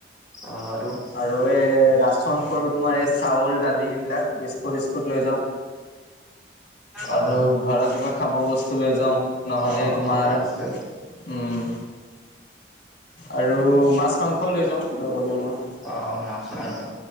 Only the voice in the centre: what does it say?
অ', আৰু?
অ
অ
খাব বস্তু
অ', মাছ-মাংস।